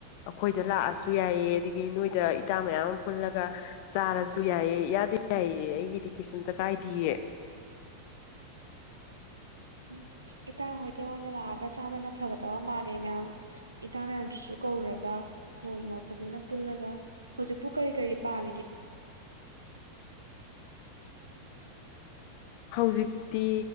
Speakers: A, on the left (about 45°); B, on the right (about 80°).
A: ꯑꯩꯈꯣꯏꯗ ꯂꯥꯛꯑꯁꯨ ꯌꯥꯏꯌ‌ꯦ ꯑꯗꯒꯤ ꯅꯣꯏꯗ ꯏꯇꯥ ꯃꯌꯥꯝ ꯄꯨꯜꯂꯒ ꯆꯥꯔꯁꯨ ꯌꯥꯏꯌꯦ ꯏꯌꯥꯗ ꯌꯥꯏꯌ‌ꯦ ꯑꯩꯒꯤꯗꯤ ꯀꯩꯁꯨꯝꯇ ꯀꯥꯏꯗꯤꯌꯦ
B: ꯎꯝ ꯏꯇꯥ ꯍꯣꯏꯗ ꯑꯣꯏꯅ ꯂꯥꯛꯑꯒ ꯆꯥꯕꯅ ꯐꯒꯗꯕ ꯃꯥꯜꯂꯦ ꯃꯌꯥꯝ ꯏꯇꯥ ꯃꯌꯥꯝꯗꯨꯁꯨ ꯀꯧꯔꯒ ꯅꯣꯡꯃ ꯐꯖꯅ ꯄꯨꯜꯂꯒ ꯍꯧꯖꯤꯛꯄꯨ ꯀꯔꯤ ꯀꯔꯤ ꯄꯥꯜꯂꯤꯒꯦ
A: ꯍꯧꯖꯤꯛꯇꯤ